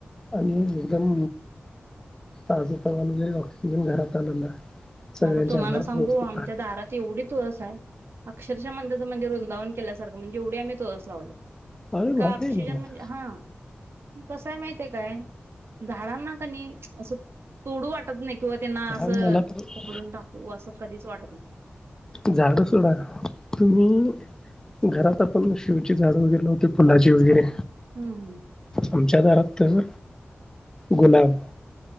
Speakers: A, on the left (about 15°); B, on the right (about 80°).
A: आणि एकदम आजपमान जरी ऑक्सिजन घरात आलं ना, सगळ्यांच्या
B: आता तुम्हाला
A: आजार
B: सांगू आमच्या
A: राहतील
B: दारात एवढी तुळस आहे अक्षरशः <unintelligible> वृंदावन केल्यासारख, म्हणजे एवढी आम्ही तुळस लावल्या
A: अरे भारी
B: ऑक्सिजन
A: आहे ना मग
B: म्हणजे हा कसय माहितय काय, झाडांना क नाही असं तोडू वाटत नाही किंवा त्यांना असं
A: हा मला तर
B: उपडून टाकू असं कधीच वाटत
A: झाड सोडा तुम्ही अं घरात आपण शिवची झाड वगैरे लावते, फुलाचे वगैरे
B: हम्म हम्
A: आमच्या दारात तर गुलाब,